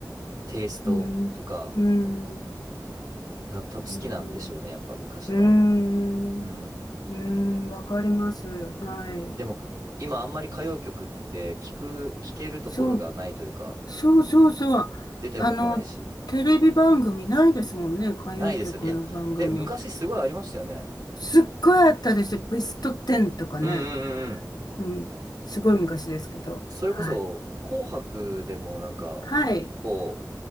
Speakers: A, on the right; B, on the left.
A: う、テイストとか
B: うん、うん、
A: が多分好きなんでしょうね、
B: うん、
A: やっぱ昔の。
B: うん、
A: うん。
B: うん、わかります。はい。
A: でも今あんまり歌謡曲って聞く、聞けるところがないというか、
B: そう、そうそうそう。
A: 出ても来ないし、
B: あの、テレビ番組ないですもんね。歌謡曲の番組。
A: ないですよね。いや、え、昔すごいありましたよね。
B: すっごいあったですよ。ベスト10とかね。
A: うんうんうんうん。
B: うん。すごい昔ですけど。
A: それこそ紅白でもなんか結構
B: はい。はい。